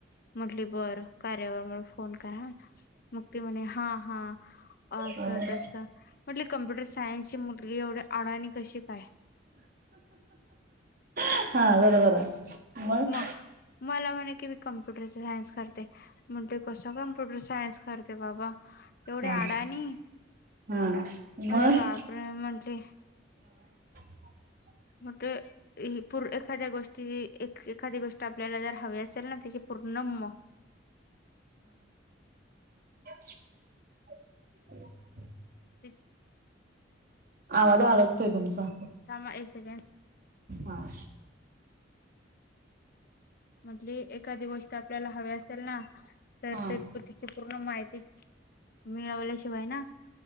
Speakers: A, on the left; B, on the right.
A: म्हटली बर कार्यावर कोण का? मुक्ती मने हा हा. असं
B: हा
A: तसं म्हटले कम्प्युटर सायन्सची मुलगी एवढी आण आणि कशी काय
B: <inaudible> म
A: मग मला म्हणे की मी कम्प्युटरचे सायन्स करते म्हंटले कस कम्प्युटर सायन्स करते बाबा एवढे
B: हा
A: आडानी
B: हा मग
A: अरे बाप म्हंटले
B: ह <inaudible>
A: मगे हू एखाद्या गोष्टी एखादी गोष्ट आपल्याला जर हवे असेल ना त पूर्णम
B: हम्
A: ते
B: आवाज अडकतोय तुमचा
A: थांबा एक सेकंड
B: हा
A: म्हटली एखादी गोष्ट आपल्याला हवी असेल ना तरतपतीचे
B: हा
A: न माहिती मिळवल्याशिवाय ना